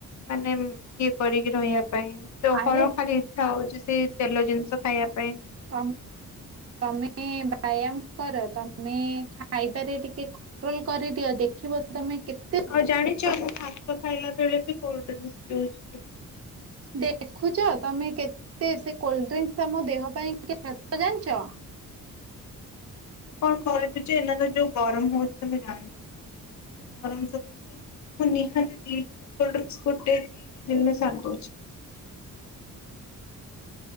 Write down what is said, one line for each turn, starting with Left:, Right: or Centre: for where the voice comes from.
Left: ମାନେ ଇଏ କରିକି ରହିବା ପାଇଁ ମ ତ
Right: ଆରେ
Left: ହଳ ଖାଲି ଇଛା ହୋଉଚି ସେଇ ତେଲ ଜିନିଷ ଖାଇବା ପାଇଁ।
Right: ତମେ ଦେଖ ତମେ ବ୍ୟାୟାମ କର ତମେ ଖାଇବାରେ ଟିକେ ଟ୍ରୋଲ୍ କରିଦିଅ ଦେଖିବ ତମେ କେତେ
Left: ଆଉ ଜାଣିଚ ମୁଁ ଭାତ ଖାଇଲା ବେଳେ ବି କୋଲଡ୍ରିଙ୍କସ୍ ପିଉଚି।
Right: ଦେଖୁଚ ତମେ କେ କେତେ ସେ କୋଲଡ୍ରିଙ୍କସ୍ ତମ ଦେହ ପାଇଁ କ୍ଷତ ଜାଣିଚ?
Left: ମୁଁ କଣ କରିବି ଯେ ଏଇନା ତ ଯୋଉ ଗରମ ହୋଉଚି ତମେ ଜାଣିଥିବ ସେ ଗରମ ସକାସେ ମୁଁ ନିହାତି ଦି ଦିନରୁ କୋଲଡ୍ରିଙ୍କସ୍ ଗୋଟେ କି ଦି ଦିନରେ ସାରି ଦୋଉଚି।